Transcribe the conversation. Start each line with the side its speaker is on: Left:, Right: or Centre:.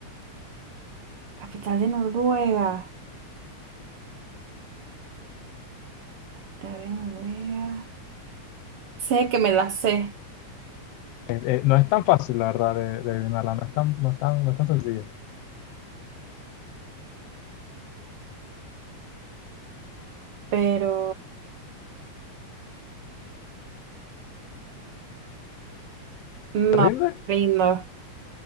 Right: capital de Noruega, capital de Noruega. Sé que me la sé,
Left: Eh, eh, no es tan fácil, la verdad, de, de adivinarla. No es tan, no es tan, no es tan sencilla.
Right: pero no,
Left: ¿Te rindes?
Right: rindo.